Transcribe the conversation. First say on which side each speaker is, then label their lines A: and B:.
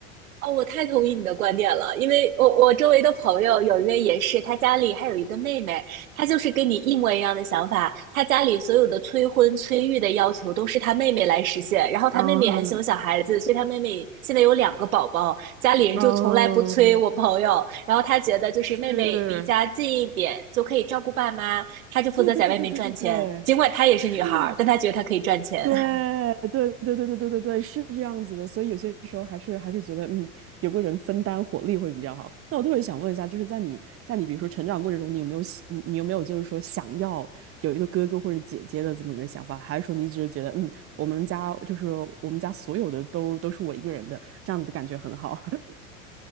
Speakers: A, on the right; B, on the right.
A: 哦，我太同意你的观点了，因为我我周围的朋友有一位也是，他家里还有一个妹妹，她就是跟你一模一样的想法，她家里所有的催婚催育的要求都是她妹妹来实现，然后她妹妹也很喜欢小孩子，
B: 嗯
A: 所以她妹妹现在有两个宝宝，家里人就从来不催我朋友，
B: 嗯。
A: 然后她觉得就是妹妹离家近一点就可以照顾爸妈，
B: 是，
A: 她就负责在外面赚钱，
B: 对对对对对对对，
A: 尽管她也是女孩儿，
B: 是，
A: 但她觉得她可以赚钱。
B: 对
A: <laughs>
B: 对对对对对对对，是这样子的。所以有些时候还是还是觉得，嗯，有个人分担火力会比较好。那我特别想问一下，就是在你在你比如说成长过程中，你有没有喜你你有没有就是说想要有一个哥哥或者姐姐的这么一个想法，还是说你只是觉得，嗯，我们家就是我们家所有的都都是我一个人的，这样子的感觉很好。<laughs>